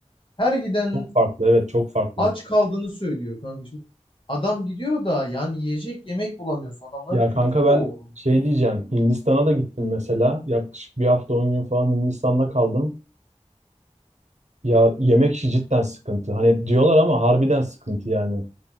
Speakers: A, on the left (about 45°); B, on the right (about 70°).
A: her giden
B: Çok farklı evet çok farklı.
A: aç kaldığını söylüyor kanka. Şimdi adam gidiyor da yani yiyecek yemek bulamıyorsun. Adamların
B: Ya
A: kültürü
B: kanka
A: o.
B: ben
A: olmuş.
B: şey diyeceğim Hindistan'a da gittim mesela. Yaklaşık bir hafta 10 gün falan Hindistan'da kaldım. Ya yemek işi cidden sıkıntı. Hani hep diyorlar ama harbiden sıkıntı yani.